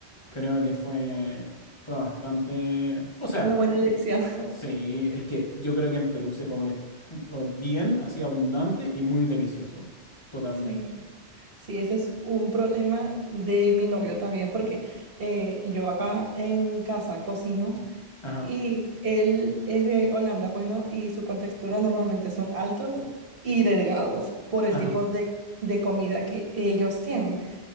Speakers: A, on the left; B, on the right.
A: creo que fue, fue bastante... O sea,
B: fue una buena elección. <laughs>
A: sí, es que yo creo que en Perú se come mm, uh, bien, así abundante y muy delicioso, totalmente.
B: Sí, sí, ese es un problema de mi novio también, porque eh, yo acá en casa cocino.
A: Ajá,
B: Y él es de Holanda, pues no, y su contextura normalmente son altos y delgados por el
A: ajá.
B: tipo de, de comida que ellos tienen.